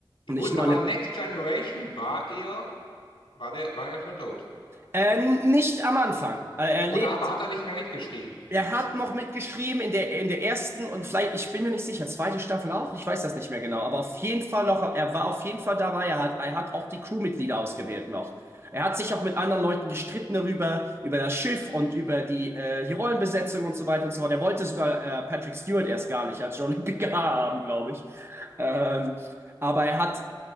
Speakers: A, on the right; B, on the left.
A: Nicht
B: Gut,
A: nur
B: aber
A: eine.
B: Next Generation war er, war der, war er schon tot.
A: Äh, nicht am Anfang. Äh, Er
B: Oder
A: lebt
B: aber hat er nicht mehr mitgeschrieben, wenigstens.
A: Er hat noch mitgeschrieben in der, in der ersten und vielleicht, ich bin mir nicht sicher, zweite Staffel auch, ich weiß das nicht mehr genau, aber auf jeden Fall noch, er war auf jeden Fall dabei, er hat, er hat auch die Crewmitglieder ausgewählt noch. Er hat sich auch mit anderen Leuten gestritten darüber, über das Schiff und über die, äh, die Rollenbesetzung und so weiter und so fort. Er wollte sogar äh, Patrick Stewart erst gar nicht als Jean-Luc Picard haben, glaube ich. Ähm, aber er hat